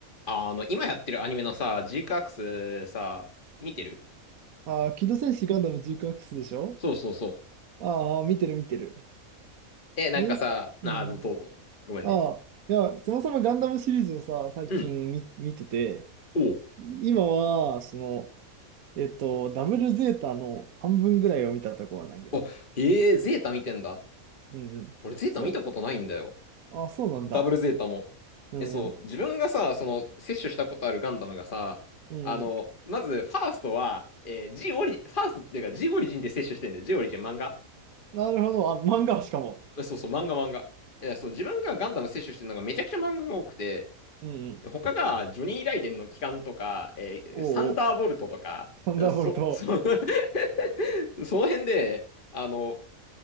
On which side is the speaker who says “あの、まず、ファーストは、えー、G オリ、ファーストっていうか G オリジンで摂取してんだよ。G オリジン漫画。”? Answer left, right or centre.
Left